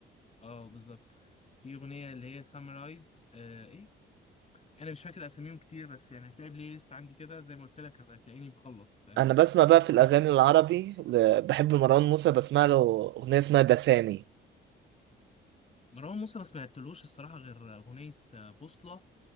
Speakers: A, on the left; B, on the right.
A: آه، بالظبط في أغنية اللي هي سامرايز آه، إيه أنا مش فاكر أساميهم كتير بس يعني هتلاقي بلاي ليست عندي كده زي ما قلت لك أنا هتلاقيني مخلط فاهم
B: انا بسمع بقى في الاغاني العربي ل- بحب مروان موسى بسمع له اغنيه اسمها دساني
A: مروان موسى ما سمعتلوش الصراحة غير أغنية آه، بوصلة